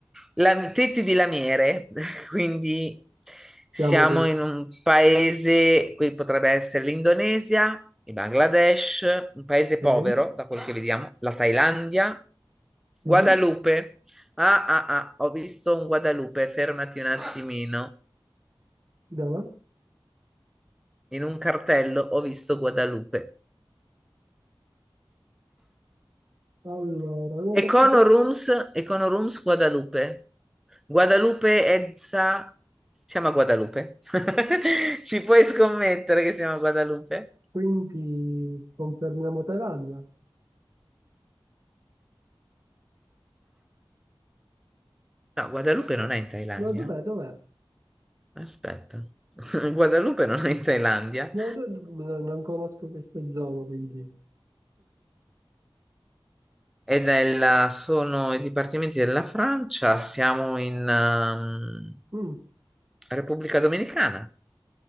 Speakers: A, in the centre; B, on the right.
A: La, tetti di lamiere, <laughs> quindi
B: Siamo
A: siamo
B: con...
A: in un paese, qui potrebbe essere l'Indonesia, il Bangladesh, un paese
B: Ok,
A: povero, da quello che vediamo, la Thailandia, Guadalupe.
B: mhm,
A: Ah, ah, ah, ho visto un Guadalupe, fermati un attimino.
B: dai.
A: In un cartello ho visto Guadalupe.
B: Allora, no,
A: Econorooms,
B: perché c'è...
A: Econorooms Guadalupe. Guadalupe Edsa. Siamo a Guadalupe. <laughs> Ci puoi scommettere che siamo a Guadalupe?
B: Quindi confermiamo Thailandia?
A: No, Guadalupe non è in Thailandia.
B: No, dov'è, dov'è?
A: Aspetta. <laughs> Guadalupe non è in Thailandia.
B: No, do- no, no, non conosco queste zone, quindi...
A: È della- sono i dipartimenti della Francia. Siamo in ehm,
B: Mm,
A: Repubblica Dominicana.